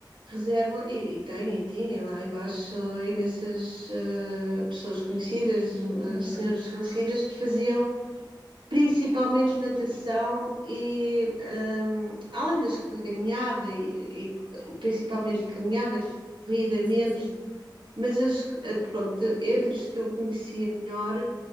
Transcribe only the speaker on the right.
reservam, e, e têm, e tinha lá embaixo imensas ah, pessoas conhecidas,
ah, senhoras conhecidas que faziam. Principalmente natação e hum, além das- da caminhada e, e principalmente caminhada, corrida
menos,
mas as, que- eh, pronto, entre as que eu conhecia melhor,